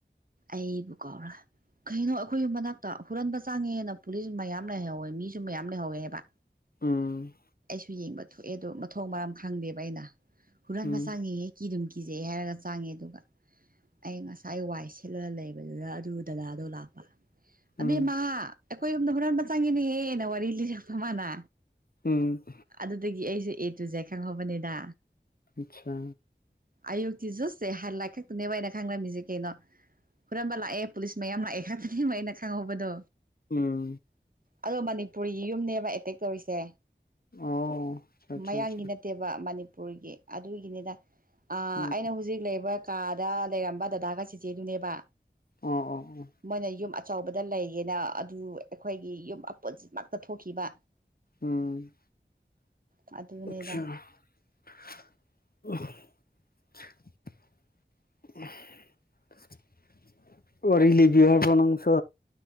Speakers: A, on the right; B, on the left.
A: ꯑꯩꯕꯨ ꯀꯧꯔ ꯀꯩꯅꯣ ꯑꯈꯣꯏ ꯌꯨꯝ ꯃꯅꯥꯛꯇ ꯍꯨꯔꯟꯕ ꯆꯥꯡꯉꯦꯅ ꯄꯨꯂꯤꯁ ꯃꯌꯥꯝ <unintelligible> ꯃꯤꯁꯨ ꯃꯌꯥꯝ ꯂꯩꯍꯧꯋꯦꯕ
B: ꯎꯝ
A: ꯁꯨ ꯌꯦꯡꯕ ꯊꯣꯛꯑꯦ ꯑꯗꯣ ꯃꯊꯣꯡ ꯃꯔꯝ ꯈꯪꯗꯦꯕ ꯑꯩꯅ ꯍꯨꯔꯥꯟꯕ
B: ꯎꯝ
A: ꯆꯪꯉꯦꯌꯦ ꯀꯤꯗꯨꯝ ꯀꯤꯖꯩ ꯍꯥꯏꯔꯒ ꯆꯥꯡꯉꯦ ꯑꯗꯨꯒ ꯑꯩ ꯉꯁꯥꯏ ꯋꯥꯏ ꯁꯤꯠꯂꯒ ꯂꯩꯕꯗꯨꯗ ꯑꯗꯨ ꯗꯗꯥꯗꯣ ꯂꯥꯛꯄ
B: ꯎꯝ
A: ꯑꯕꯦꯝꯃꯥ ꯑꯩꯈꯣꯏ ꯌꯨꯝꯗ ꯍꯨꯔꯥꯟꯕ ꯆꯪꯉꯤꯅꯦꯍꯦꯅ ꯋꯥꯔꯤ ꯂꯤꯔꯛꯄ ꯃꯥꯅ
B: ꯎꯝ
A: ꯑꯗꯨꯗꯒꯤ ꯑꯩꯁꯨ ꯑꯦ ꯇꯨꯖꯦ ꯈꯪꯍꯧꯕꯅꯤꯗ
B: ꯑꯠꯁꯥ
A: ꯑꯌꯨꯛꯇꯤ ꯖꯨꯁ ꯁ‌ꯦ ꯍꯂꯛ ꯈꯛꯇꯅꯦꯕ ꯑꯩꯅ ꯈꯪꯂꯝꯃꯤꯖ‌ꯦ ꯀꯩꯅꯣ ꯍꯨꯔꯥꯟꯕ ꯂꯥꯛꯑꯦ ꯄꯨꯂꯤꯁ ꯃꯌꯥꯝ ꯂꯥꯛꯑꯦ ꯈꯛꯇꯅ‌ꯦꯕ ꯑꯩꯅ ꯈꯪꯍꯧꯕꯗꯣ
B: ꯎꯝ
A: ꯑꯗꯣ ꯃꯅꯤꯄꯨꯔꯤꯒꯤ ꯌꯨꯝꯅꯦꯕ ꯑꯦꯇꯦꯛ ꯇꯧꯔꯤꯁꯦ
B: ꯑꯣ ꯑꯆꯥ
A: ꯃꯌꯥꯡꯒꯤ
B: ꯑꯆꯥ
A: ꯅꯠ ꯇꯦꯕ ꯃꯅꯤꯄꯨꯔꯒꯤ ꯑꯗꯨꯒꯤꯅꯤꯗ ꯑꯥ
B: ꯎꯝ
A: ꯑꯩꯅ ꯍꯨꯖꯤꯛ ꯂꯩꯕ ꯀꯥꯗ ꯂꯩꯔꯝꯕ ꯗꯗꯥꯒ ꯆꯤꯆꯦꯗꯨꯅꯦꯕ
B: ꯑꯣ ꯑꯣ ꯑꯣ
A: ꯃꯣꯏꯅ ꯌꯨꯝ ꯑꯠ ꯆꯥꯎꯕꯗ ꯂꯩꯒꯦꯅ ꯑꯗꯨ ꯑꯩꯈꯣꯏꯒꯤ ꯌꯨꯝ ꯑꯄꯨꯟꯁꯤꯃꯛꯇ ꯊꯣꯛꯈꯤꯕ
B: ꯎꯝ
A: ꯑꯗꯨꯅꯦꯗ
B: ꯑ‌ꯣꯛꯁꯥ <unintelligible> ꯋꯥꯔꯤ ꯂꯤꯕꯤꯌ‌ꯣ ꯍꯥꯏꯕ꯭ꯔꯣ ꯅꯪꯁꯨ